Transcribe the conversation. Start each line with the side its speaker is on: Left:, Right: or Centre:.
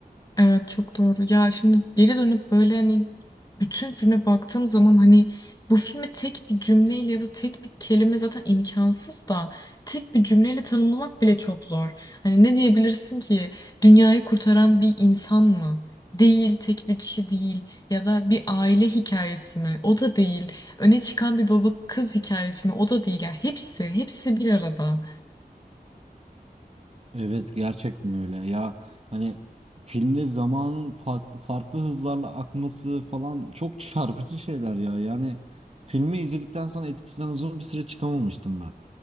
Left: Evet çok doğru. Ya şimdi geri dönüp böyle hani bütün filme baktığım zaman hani bu filmi tek bir cümleyle ya da tek bir kelime zaten imkansız da tek bir cümleyle tanımlamak bile çok zor. Hani ne diyebilirsin ki dünyayı kurtaran bir insan mı? Değil, tek bir kişi değil ya da bir aile hikayesi mi? O da değil. Öne çıkan bir baba kız hikayesi mi? O da değil. Ya hepsi, hepsi bir arada.
Right: Evet gerçekten öyle ya hani filmde zamanın farklı farklı hızlarla akması falan çok çarpıcı şeyler ya yani filmi izledikten sonra etkisinden uzun bir süre çıkamamıştım ben.